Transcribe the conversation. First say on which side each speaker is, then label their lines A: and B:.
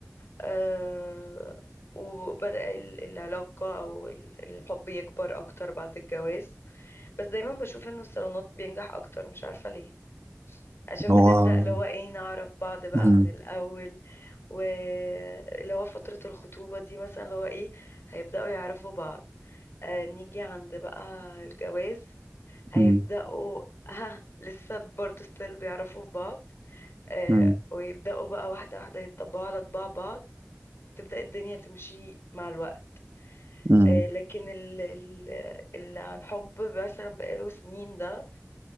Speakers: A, on the left; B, on the right.
A: آه وبدأ ال- العلاقة أو ال- الحب يكبر أكتر بعد الجواز بس دايما بشوف إن الصالونات بينجح أكتر مش عارفة ليه عشان
B: هو
A: بنبدأ اللي هو إيه نعرف بعض بقى
B: مم.
A: من الأول واللي هو فترة الخطوبة دي مثلا اللي هو إيه هيبدأوا يعرفوا بعض آه نيجي عند بقى الجواز هيبدأوا
B: مم.
A: <laughs> ها لسه برضه ستيل بيعرفوا في بعض آه
B: مم.
A: ويبدأوا بقى واحدة واحدة يتطبعوا على طباع بعض تبدأ الدنيا تمشي مع الوقت
B: مم.
A: آه، لكن ال- ال- اللي عن حب مثلا بقاله سنين ده